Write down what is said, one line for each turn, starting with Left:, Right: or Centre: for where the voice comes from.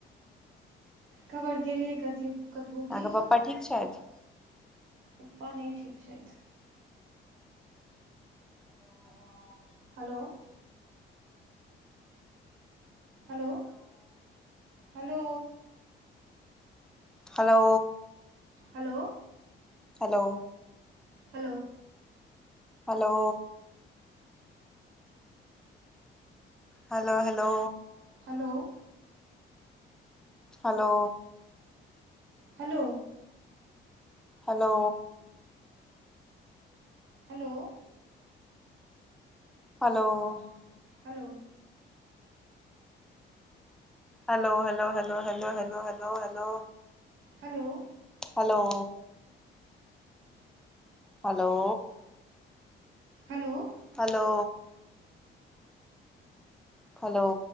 Right: कवर केलियै कथी कतबो
Centre: अहाँके
Right: की
Centre: पप्पा ठीक छथि
Right: पप्पा नय ठीक छथि। Hello hello hello hello
Centre: hello
Right: hello
Centre: hello
Right: hello
Centre: hello hello hello
Right: hello
Centre: hello
Right: hello
Centre: hello
Right: hello
Centre: hello
Right: hello hello
Centre: hello hello hello hello hello hello hello
Right: hello
Centre: hello hello
Right: hello
Centre: hello hello